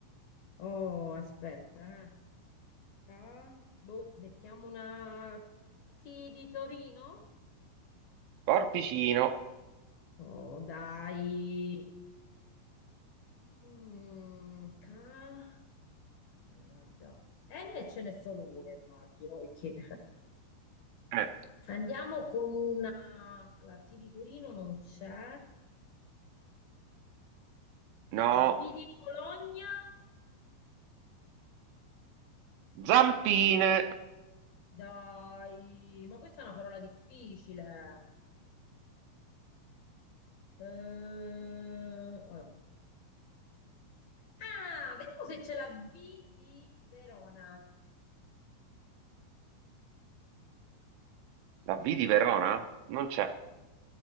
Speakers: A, on the left; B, on the right.
A: Oh, aspetta, eh. Ah, boh, mettiamo una T di Torino?
B: Corpicino.
A: Oh, dai. Mm, ca- Mannaggia. N ce n'è solo una, immagino, perché...
B: Eh,
A: Andiamo con una... La T di Torino non c'è.
B: no.
A: B di Bologna?
B: Zampine,
A: Dai, ma questa è una parola difficile. Eh, Ah, vediamo se c'è la V di Verona.
B: la V di Verona? Non c'è,